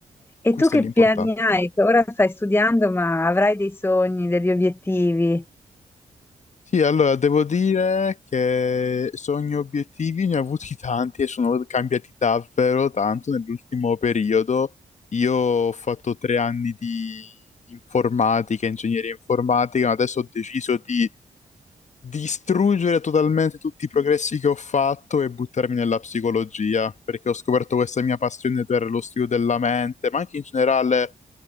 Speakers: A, on the left; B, on the left.
A: E
B: Questo
A: tu che
B: è l'importante.
A: piani hai? Che Ora stai studiando, ma avrai dei sogni, degli obiettivi?
B: Sì, allora devo dire che sogni e obiettivi ne ho avuti tanti e sono cambiati davvero tanto nell'ultimo periodo. Io ho fatto tre anni di informatica, ingegneria informatica, ma adesso ho deciso di distruggere totalmente tutti i progressi che ho fatto e buttarmi nella psicologia, perché ho scoperto questa mia passione per lo studio della mente, ma anche in generale